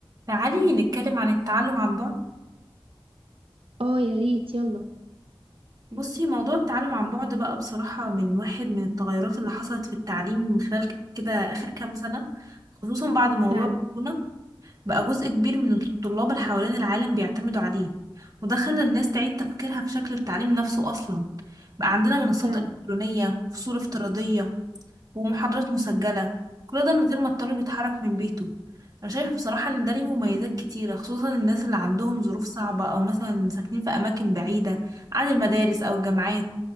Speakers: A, on the right; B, on the right.
A: تعالي نتكلم عن التعلم عن بعد
B: اه يا ريت يلا
A: بصي موضوع التعلم عن بعد بقى بصراحة من واحد من التغيرات اللي حصلت في التعليم من خلال ك- كده آخر كام سنة خصوصا بعد موضوع
B: فعلا
A: كورونا بقى جزء كبير من الطلاب اللي حوالين العالم بيعتمدوا عليه وده خلى الناس تعيد تفكيرها في شكل التعليم نفسه أصلا بقى عندنا منصات
B: فعلا
A: إلكترونية فصول افتراضية ومحاضرات مسجلة كل ده من غير ما الطالب يتحرك من بيته أنا شايفة بصراحة إن ده ليه مميزات كتيرة خصوصا الناس اللي عندهم ظروف صعبة أو مثلا ساكنين في أماكن بعيدة عن المدارس أو الجامعات